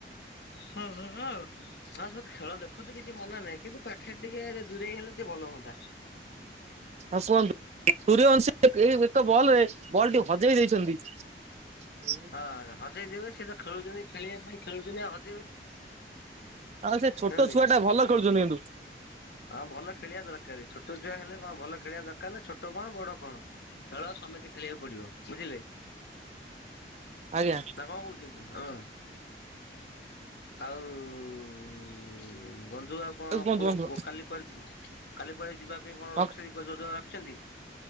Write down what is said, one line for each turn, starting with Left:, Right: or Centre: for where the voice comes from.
Left: ହୁଁ ହୁଁ ହୁଁ। ହଁ ସେ ଖେଳ ଦେଖନ୍ତୁ କିଛି ମନା ନାହିଁ କିନ୍ତୁ ପାଖରେ ଟିକେରେ ଦୂରେଇ ହେଲେ ଟିକେ ଭଲ ହୁଅନ୍ତା।
Right: ହଁ କୁହନ୍ତୁ ସୂର୍ୟ୍ଯବଂଶୀ ଏଇ ଏକ ବଲରେ ବଲ ଟି ହଜେଇ ଦେଇଛନ୍ତି। ଉଁ।
Left: ହଁ ହଜେଇ ଦେବେ ସିଏ ତ ଖେଳୁଛନ୍ତି ଖେଳିବା ପାଇଁ ଖେଳୁଛନ୍ତି ଆଉ ହ
Right: ଆଉ ସେ ଛୋଟ
Left: ଜାଣିଲେ।
Right: ଛୁଆଟା ଭଲ ଖେଳୁଛନ୍ତି କିନ୍ତୁ।
Left: ହଁ ଭଲ ଖେଳିବା ଦରକାର ଛୋଟ ଛୁଆ ହେଲେ କଣ ଭଲ ଖେଳିବା ଦରକାର ନା ଛୋ ଟ କଣ ବଡ କଣ ଖେଳ ସମସ୍ତେ ଖେଳିବାକୁ ପଡିବ ବୁଝିଲେ।
Right: ଆଜ୍ଞା।
Left: ନା କଣ କହୁଛନ୍ତି ହଁ। ଆଉ ଉଁ ବନ୍ଧୁ ଆଉ କଣ
Right: କୁହନ୍ତୁ
Left: କୁହ
Right: ବନ୍ଧୁ।
Left: କୁ କାଲି। କୁଆଡ଼େ ଜି କାଲି କୁଆଡ଼େ ଯିବା ପାଇଁ କଣ
Right: ହଁ
Left: ରଖିଛନ୍ତୀ କୁହ ଯୋଜନା ରଖିଛନ୍ତି।